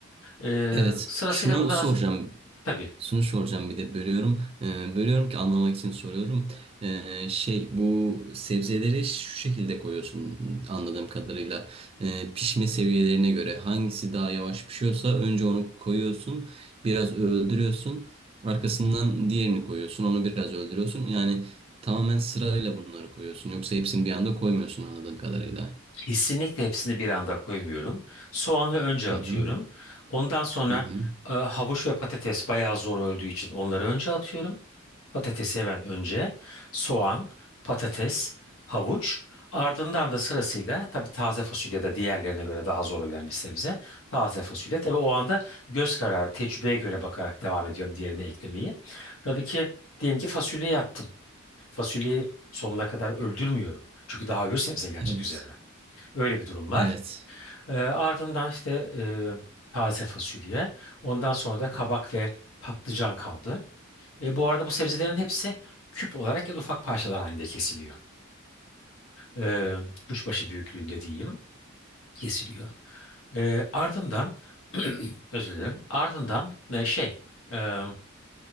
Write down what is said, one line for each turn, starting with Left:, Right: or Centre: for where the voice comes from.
Left: Ee,
Right: Evet,
Left: sırasıyla
Right: şunu
Left: bunlar
Right: soracağım.
Left: at... Tabii
Right: Şunu soracağım bir de bölüyorum. Ee, bölüyorum ki anlamak için soruyorum. Ee, şey bu sebzeleri şu şekilde koyuyorsun anladığım kadarıyla. Ee, pişme seviyelerine göre hangisi daha yavaş pişiyorsa önce onu koyuyorsun. Biraz öldürüyorsun. Arkasından diğerini koyuyorsun. Onu biraz öldürüyorsun. Yani tamamen sırayla bunları koyuyorsun. Yoksa hepsini bir anda koymuyorsun anladığım kadarıyla.
Left: kesinlikle hepsini bir anda koymuyorum. Soğanı önce
Right: Hı
Left: atıyorum.
Right: hı.
Left: Ondan sonra
Right: Hı hı.
Left: e, havuç ve patates bayağı zor öldüğü için onları önce atıyorum. Patatesi ben önce soğan, patates, havuç ardından da sırasıyla tabii taze fasulye de diğerlerine göre daha zor olan bir sebze. Taze fasulye tabii o anda göz kararı tecrübeye göre bakarak devam ediyorum diğerini eklemeyi. Tabii ki diyelim ki fasulyeyi attım. Fasulyeyi sonuna kadar öldürmüyorum. Çünkü daha öbür sebze gelecek
Right: Evet.
Left: üzerine. Öyle bir durum var.
Right: Evet.
Left: Ee, ardından işte e, taze fasulye. Ondan sonra da kabak ve patlıcan kaldı. Ve bu arada bu sebzelerin hepsi küp olarak ya da ufak parçalar halinde kesiliyor. Ee, kuşbaşı büyüklüğünde diyeyim kesiliyor. Ee, ardından <clears throat> özür dilerim. Ardından e, şey e,